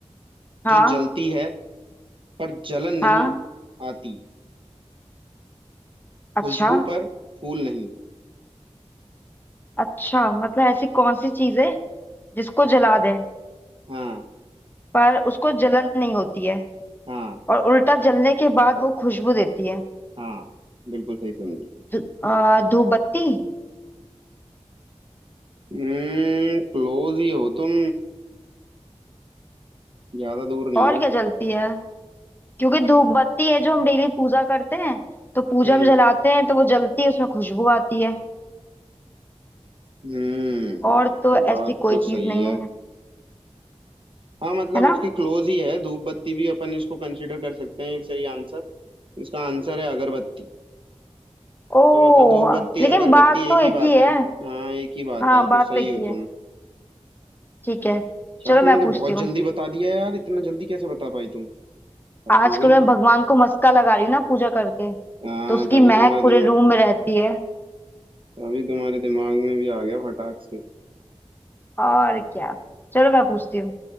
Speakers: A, on the left (about 20°); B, on the right (about 50°).
A: हाँ
B: जो जलती है पर जलन
A: हाँ
B: नहीं आती खुशबू
A: अच्छा
B: पर फूल नहीं
A: अच्छा मतलब ऐसी कौन सी चीज है जिसको जला दे
B: हाँ
A: पर उसको जलन नहीं होती है
B: हाँ
A: और उल्टा जलने के बाद वो खुशबू देती है
B: हाँ बिल्कुल सही समझी
A: धू- अ, धूपबत्ती
B: हम्म क्लोज ही हो तुम ज्यादा दूर नहीं
A: और
B: हो
A: क्या जलती है क्योंकि धूपबत्ती है जो हम डेली पूजा करते हैं तो पूजा
B: हम्म
A: में जलाते हैं तो वो जलती है उसमें खुशबू आती है
B: हम्म
A: और तो ऐसी
B: बात
A: कोई
B: तो सही
A: चीज नहीं
B: है
A: है
B: हाँ मतलब
A: है ना
B: उसकी क्लोज ही है धूप बत्ती भी अपन इसको कंसीडर कर सकते हैं एक सही आंसर इसका आंसर है अगरबत्ती
A: ओ
B: तो मतलब धूप बत्ती
A: लेकिन
B: अगरबत्ती
A: बात तो
B: एक
A: एक
B: ही बात
A: ही है
B: है हाँ एक ही बात
A: हाँ
B: है
A: बात
B: तो सही
A: तो एक
B: हो
A: ही है
B: तुम
A: ठीक है
B: यार
A: चलो
B: तुमने
A: मैं
B: तो
A: पूछती
B: बहुत
A: हूँ
B: जल्दी बता दिया यार इतना जल्दी कैसे बता पाई तुम हद
A: आजकल
B: हो गई
A: मैं भगवान को मस्का लगा रही हूँ ना पूजा करके
B: हाँ
A: तो उसकी
B: तभी
A: महक
B: तुम्हारे
A: पूरे
B: दिमाग
A: रूम में रहती है
B: तभी तुम्हारे दिमाग में भी आ गया फटाक से
A: और क्या चलो मैं पूछती हूँ